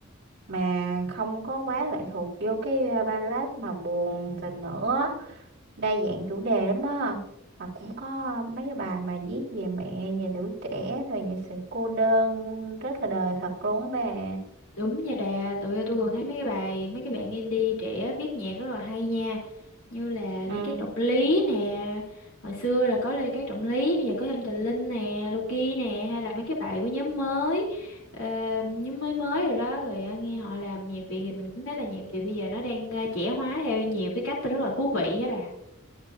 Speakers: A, on the right; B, on the left.
A: mà không có quá lệ thuộc vô cái à, ballad mà buồn tình nữa đa dạng chủ đề lắm á mà cũng có mấy cái bài mà viết về mẹ về tuổi trẻ rồi về sự cô đơn rất là đời thật luôn á bà
B: Đúng nha bà, tụi tôi còn thấy mấy cái bài mấy cái bạn indie trẻ viết nhạc rất là hay nha. Như là Lê
A: ừ
B: Cát Trọng Lý nè, hồi xưa là có Lê Cát Trọng Lý, bây giờ có thêm Tình Linh nè, Loki nè, hay là mấy cái bài của nhóm mới, ờ, nhóm mới mới rồi đó, rồi ờ, nghe họ làm nhạc Việt thì mình cũng thấy là nhạc Việt bây giờ nó đang ờ, trẻ hóa theo nhiều cái cách rất là thú vị á bà.